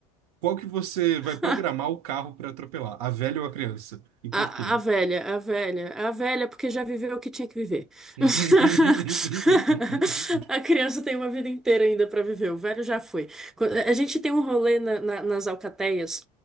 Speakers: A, on the right; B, in the centre.
A: Qual que você vai
B: <laughs>
A: programar o carro para atropelar? A velha ou a criança? E por
B: A,
A: quê?
B: a velha, a velha, a velha, porque já viveu o que tinha que viver.
A: <laughs>
B: <laughs> A criança tem uma vida inteira ainda para viver, o velho já foi. Quando- A gente tem um rolê na- na- nas alcateias